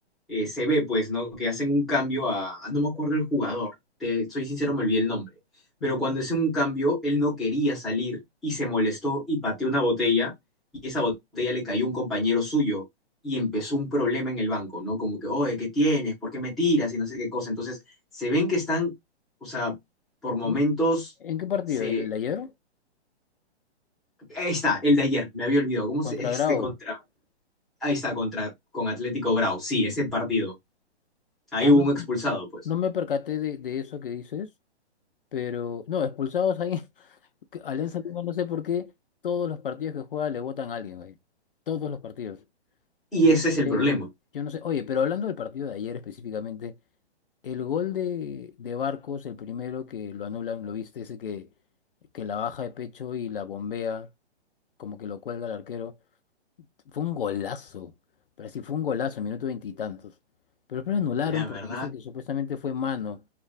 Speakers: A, in the centre; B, on the left.
A: eh, se ve, pues, ¿no? Que hacen un cambio a, a- no me acuerdo el jugador, te, soy sincero, me olvidé el nombre,
B: ¿Ya?
A: pero cuando hacen un cambio, él no quería salir y se molestó y pateó una botella y esa botella le cayó a un compañero suyo y empezó un problema en el banco, ¿no? Como que, oye, ¿qué tienes? ¿Por qué me tiras? Y no sé qué cosa. Entonces, se ven que están, o sea, por momentos
B: ¿En en qué partido?
A: se...
B: ¿En el de ayer?
A: Ahí está, el de ayer, me había olvidado. ¿Cómo
B: ¿Contra
A: se... Este
B: Grau?
A: contra... Ahí está, contra... con Atlético Grau. Sí, ese partido. Ahí
B: Ah,
A: hubo
B: no.
A: un expulsado, pues.
B: No me percaté de, de eso que dices, pero no, expulsados ahí, <laughs> que Alianza Lima, no sé por qué, todos los partidos que juega le votan a alguien, güey. Todos los partidos.
A: Y
B: Yo
A: ese
B: no
A: es el
B: sé,
A: problema.
B: yo no sé. Oye, pero hablando del partido de ayer específicamente, el gol de, de Barcos, el primero que lo anulan, lo viste, ese que, que la baja de pecho y la bombea, como que lo cuelga el arquero. Fue un golazo. Pero sí fue un golazo, minuto veintitantos. Pero después lo anularon
A: La
B: porque
A: verdad,
B: dice que supuestamente fue mano.